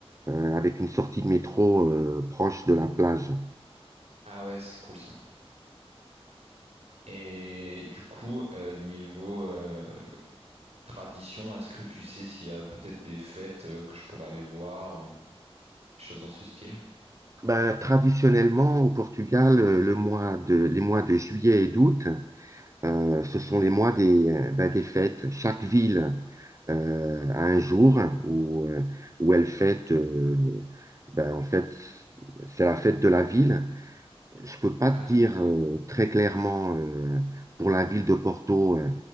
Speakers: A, on the right (about 30°); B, on the right (about 80°).
A: euh, avec une sortie de métro euh, proche de la plage.
B: Ah ouais, c'est cool ça. Et du coup, euh, niveau euh, tradition, est-ce que tu sais s'il y a peut-être des fêtes euh, que je pourrais aller voir ou des choses dans ce style?
A: Ben, traditionnellement, au Portugal, euh, le mois de, les mois de juillet et d'août, euh, ce sont les mois des, euh, ben, des fêtes. Chaque ville euh, a un jour où, euh, où elle fête. euh, ben, en fait, c'est la fête de la ville Je peux pas
B: Ah
A: te
B: oui,
A: dire
B: ok.
A: euh, très clairement euh, pour la ville de Porto euh,